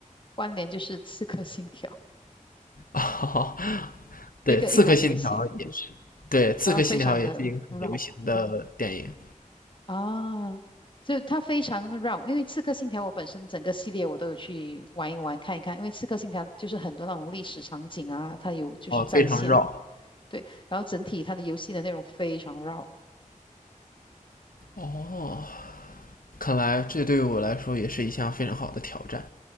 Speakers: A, on the left; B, on the left.
A: 关联，就是《刺客信条》
B: <laughs> 对，
A: 一个一款游戏，
B: 《刺客信条》也是，对，《刺客信条》也是一个很流行的电影，
A: 然后非常的绕。啊，就它非常绕，因为《刺客信条》我本身整个系列我都有去玩一玩看一看，因为《刺客信条》就是很多那种历史场景啊，它有就是再现，
B: 哦，非常绕。
A: 对，然后整体它的游戏的内容非常绕，
B: 哦，看来这对于我来说也是一项非常好的挑战。